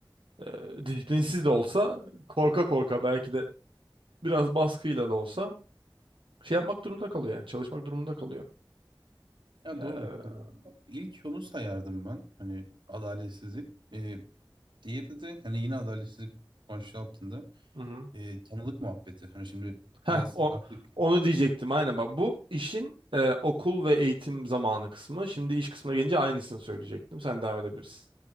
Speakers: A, on the right; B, on the right.
A: e, disiplinsiz de olsa korka korka belki de biraz baskıyla da olsa şey yapmak durumunda kalıyor yani çalışmak durumunda kalıyor.
B: Ya
A: E,
B: doğru.
A: hı
B: İlk yolu sayardım ben. Hani adaletsizlik. Ee, diğeri de hani yine adaletsizlik başlığı altında
A: hı.
B: ee, tanılık muhabbeti. Hani şimdi
A: Heh,
B: biraz
A: o,
B: artık
A: onu diyecektim aynen bak bu işin e, okul ve eğitim zamanı kısmı. Şimdi iş kısmına gelince aynısını söyleyecektim. Sen devam edebilirsin.